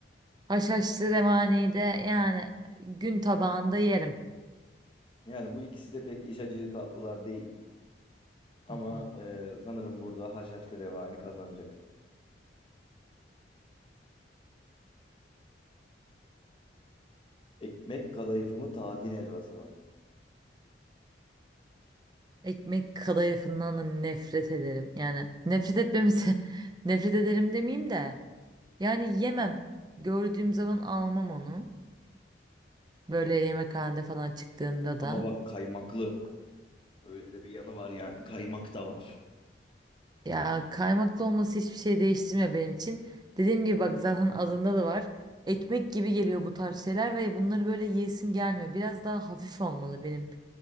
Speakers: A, on the right (about 25°); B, on the left (about 30°).
A: Haşhaşlı revani de yani gün tabağında yerim.
B: yani bu ikisi de pek iç açıcı tatlılar değil. Ama
A: Hı hı.
B: e, sanırım burada haşhaşlı revani kazanacak. Ekmek kadayıfı mı tahin helvası mı?
A: Ekmek kadayıfından da nefret ederim. Yani nefret etmemize <laughs> nefret ederim demeyeyim de. Yani yemem. Gördüğüm zaman almam onu. Böyle yemekhanede falan çıktığında
B: Ama
A: da.
B: bak kaymaklı. Öyle bir yanı var yani kaymak da var.
A: Ya kaymaklı olması hiçbir şey değiştirmiyor benim için. Dediğim gibi bak zaten adında da var. Ekmek gibi geliyor bu tarz şeyler ve bunları böyle yiyesim gelmiyor. Biraz daha hafif olmalı benim